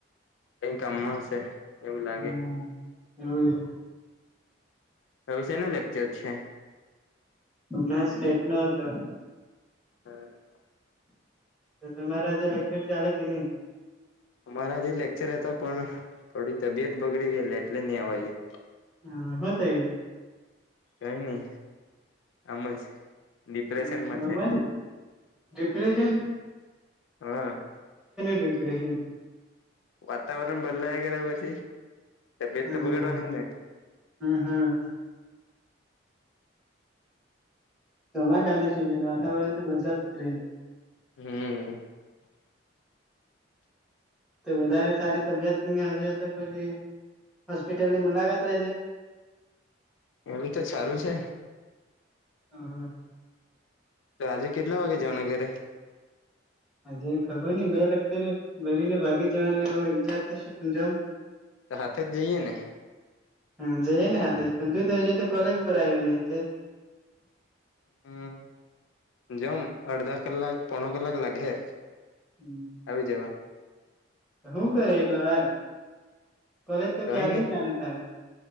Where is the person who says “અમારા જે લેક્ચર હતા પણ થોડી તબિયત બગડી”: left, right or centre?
Left